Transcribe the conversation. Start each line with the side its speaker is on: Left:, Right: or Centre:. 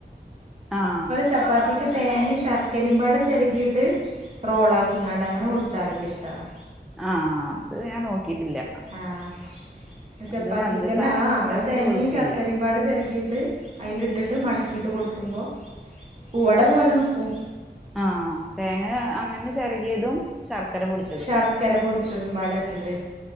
Centre: ആഹ
Right: ചപ്പാത്തിക്കെ തേങ്ങി ശർക്കരയും പാട് ചെരുകിയിട്ട് റോൾ ആാക്കിങ്ങാണ്ട് അങ്ങനെ കൊടു കാലൊക്കെ ഇഷ്ടമാണ്
Centre: ആഹ അത് ഞാൻ നോക്കിട്ടില്ല
Right: ആഹ് ചപ്പാത്തിക്കന്നെ
Centre: അത് പഞ്ചസാര
Right: ആ
Centre: ഇട്ടിട്ട്
Right: നമ്മള്
Centre: അങ്ങട്
Right: തേങ്ങയും
Centre: കൊടുക്കയ്യ
Right: ശർക്കരയും പാട ചിരക്കിയിട്ട് അതിലിട്ടിട്ട് മടക്കിയിട്ട് കൊടുക്കുമ്പോൾ പൂവട പോലെ നിൽക്കും
Centre: ആഹ തേങ്ങ അങ്ങനെ ചെറുകിയതും ശർക്കര പൊടി
Right: ശർക്കര പൊടിച്ചു അതും പാട ഇട്ടിട്ട്